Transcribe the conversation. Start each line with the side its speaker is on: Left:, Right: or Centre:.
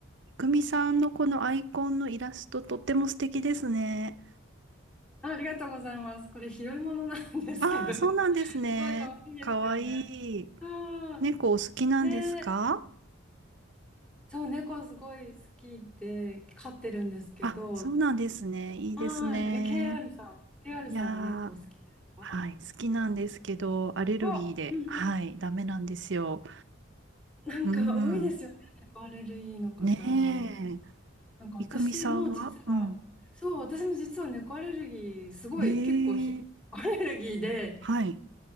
Right: いくみさんのこのアイコンのイラストとっても素敵ですね。
Centre: あ、ありがとうございます。これ拾い物なんですけど、
Right: ああ、そうなんですね。
Centre: <laughs> すごい可愛いですよね。
Right: かわいい。
Centre: そう、
Right: 猫お好きなんですか
Centre: ね、そう、猫すごい好きで飼ってるんですけど、
Right: あ、そうなんですね。いいですね。
Centre: はい、え、KR さん、KR
Right: いやー、
Centre: さんは猫好きですか
Right: はい、好きなんですけど、アレルギーで、
Centre: あ、うんうん。
Right: はい、ダメなんですよ。
Centre: なんか多いですよね、
Right: うん。
Centre: 猫アレルギーの方。
Right: ねえ。
Centre: なんか私も実は、
Right: いくみさんはうん。
Centre: そう、私も実は猫アレルギー、すごい結構ひ、
Right: ええ
Centre: アレルギーで、
Right: はい、